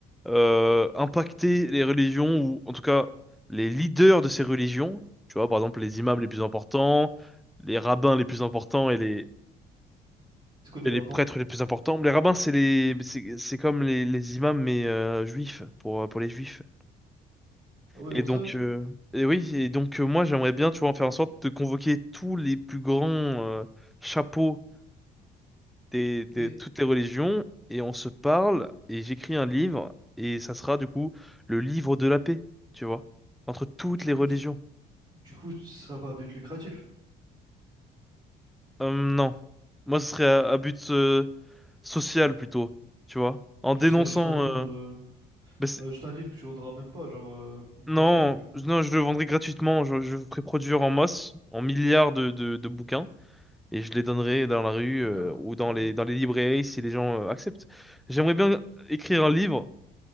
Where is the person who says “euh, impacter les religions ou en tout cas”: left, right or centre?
Centre